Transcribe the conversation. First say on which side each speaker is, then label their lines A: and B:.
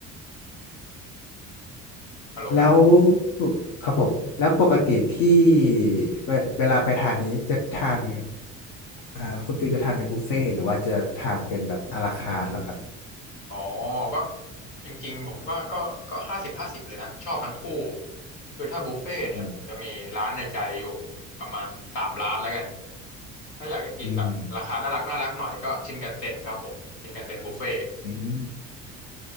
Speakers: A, on the left; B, on the left.
A: ฮัลโหลครับ
B: แล้วครับผมแล้วปกติที่เวเวลาไปทานนี้จะทานอ่าคุณฟิลจะทานเป็นบุฟเฟ่ต์หรือว่าจะทานเป็นแบบอะลาคาร์ทเหรอครับ
A: อ๋อก็จริงๆผมก็ก็ก็ห้าสิบห้าสิบเลยนะชอบทั้งคู่คือถ้าบุฟเฟ่ต์เนี่ยผมจะมีร้านในใจอยู่
B: อืม
A: ประมาณสามร้านแล้วกันถ้าอยากจะกินแบบราคาน่ารักน่ารักหน่อยก็ชินคันเซ็นครับผมชินคันเซ็นบุฟเฟ่ต์
B: อืมอืม